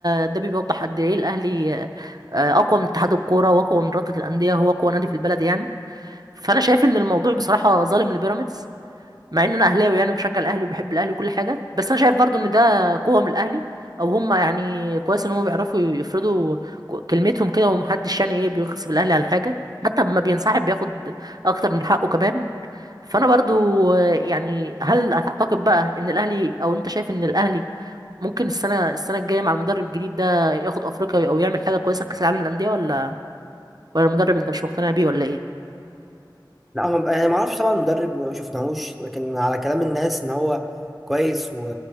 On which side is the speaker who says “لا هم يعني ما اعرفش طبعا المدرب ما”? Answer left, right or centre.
Centre